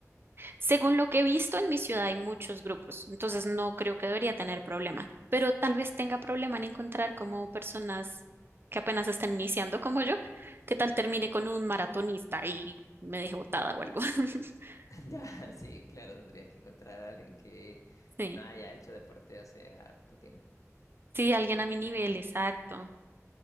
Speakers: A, on the right (about 45°); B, on the left (about 75°).
A: Según lo que he visto en mi ciudad hay muchos grupos, entonces no creo que debería tener problema, pero tal vez tenga problema en encontrar como personas que apenas están iniciando como yo, que tal termine con un maratonista y me deje botada o algo. <laughs>
B: <laughs> Ya, sí, claro, tendrías que encontrar a alguien que
A: Sí,
B: no haya hecho deporte hace harto tiempo.
A: sí, alguien a mi nivel, exacto.